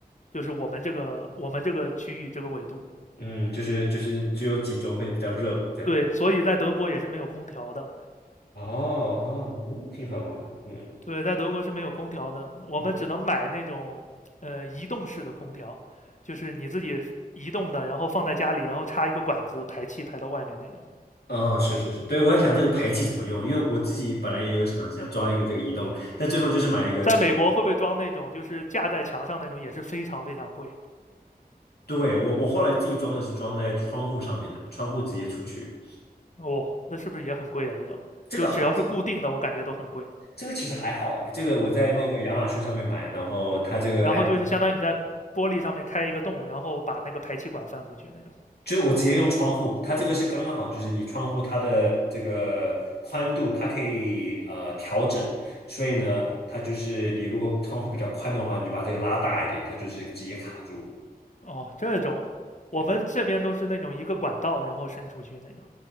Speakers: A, on the left; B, on the left.
A: 就是我们这个我们这个区域这个纬度。
B: 嗯，就是就是只有几周会比较热这样。
A: 对，所以在德国也是没有空调的。
B: 哦哦，嗯挺好的，嗯
A: 对，在德国是没有空调的，我们只能买那种呃移动式的空调，
B: 嗯，
A: 就是你自己移动的，然后放在家里，然后插一个管子排气排到外面那种。
B: 哦，是是是，对，我也想这个排气怎么用，
A: 嗯，
B: 因为我自己本来也有想想装一个这个移动，但最后就是买一个那个，
A: 在美国会不会装那种就是架在墙上那种，也是非常非常贵
B: 对，我我后来自己装的是装在窗户上面的，窗户直接出去，
A: 哦，那是不是也很贵啊？这种就只要是固定的，
B: 这个好，
A: 我感觉都很贵
B: 这个其实还好哎，这个我在那个亚马逊上面买，
A: 哦。
B: 然后它这个安，
A: 然后就是相当于你在玻璃上面开一个洞，然后把那个排气管放出去那种。
B: 就是我直接用窗户，它这个是刚刚好，就是你窗户它的这个宽度它可以呃调整，所以呢，它就是你如果窗户比较宽的话，你就把这个拉大一点，它就是直接卡住。
A: 哦，这种我们这边都是那种一个管道，
B: 对，
A: 然后伸出去那种。